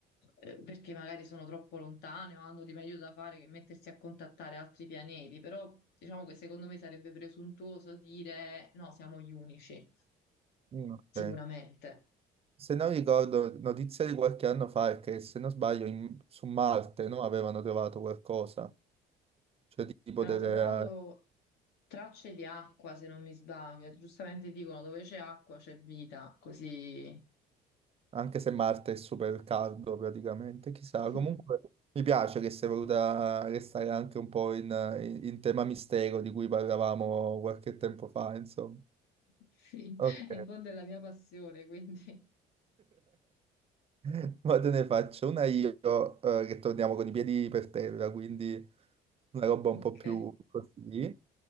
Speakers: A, on the left; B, on the right.
A: eh, perché magari sono troppo lontane o hanno di meglio da fare che mettersi a contattare altri pianeti, però diciamo che secondo me sarebbe presuntuoso dire no, siamo gli unici,
B: Mm, Ok.
A: sicuramente.
B: Se non ricordo, notizia di qualche anno fa è che, se non sbaglio, in- su Marte, no, avevano trovato qualcosa, cioè tipo
A: Però
B: delle...
A: ho trovato tracce di acqua, se non mi sbaglio, e giustamente dicono dove c'è acqua c'è vita, così...
B: anche se Marte è super caldo praticamente, chissà.
A: <laughs>
B: Comunque mi piace che sia voluta restare anche un po' in, in- in tema mistero di cui parlavamo qualche tempo fa, insomma.
A: Sì,
B: Ok,
A: è il fondo della mia passione, quindi
B: <laughs> Ma te ne faccio una io eh, che torniamo con i piedi per terra, quindi una roba un
A: <laughs> ok.
B: po' più così.